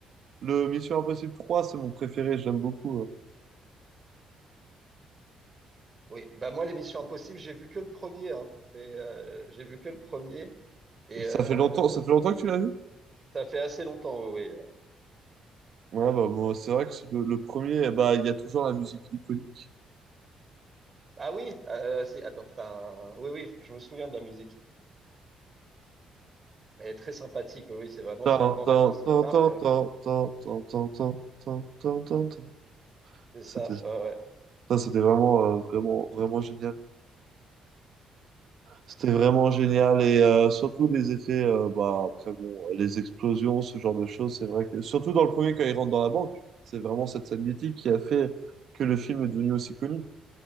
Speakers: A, on the right; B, on the right.
A: le Mission Impossible 3, c'est mon préféré, j'aime beaucoup. euh.
B: oui. Bah moi, l'émission Impossible, j'ai vu que le premier. hein. C'est, euh, j'ai vu que le premier et
A: Ça
B: euh,
A: fait longtemps, ça fait longtemps que tu l'as vu?
B: ça fait assez longtemps. Oui, oui.
A: Ouais, bah, moi, c'est vrai que c'est le, le premier, bah, il y a toujours la musique iconique.
B: Ah oui, euh, c'est attends, t'as un- oui, oui, je me souviens de la musique. Elle est très sympathique. Oui, oui, c'est vraiment,
A: Tan,
B: c'est une bande-annonce
A: tan,
B: qui
A: tan,
B: marque.
A: tan, tan, tan, tan, tan, tan, tan, tan, tan, tan.
B: C'est ça.
A: C'était,
B: ouais, ouais.
A: ça, c'était vraiment, euh, vraiment, vraiment génial. C'était
B: Sinon,
A: vraiment
B: euh,
A: génial et euh, surtout les effets, euh, bah, après bon, les explosions, ce genre de choses, c'est vrai que surtout dans le premier quand il rentre dans la banque, c'est vraiment cette scène mythique qui a fait que le film est devenu aussi connu.